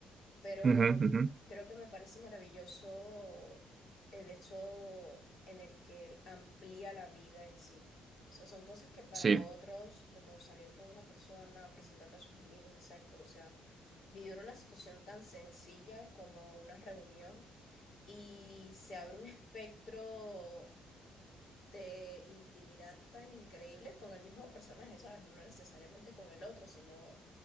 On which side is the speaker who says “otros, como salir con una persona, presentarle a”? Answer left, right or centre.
Left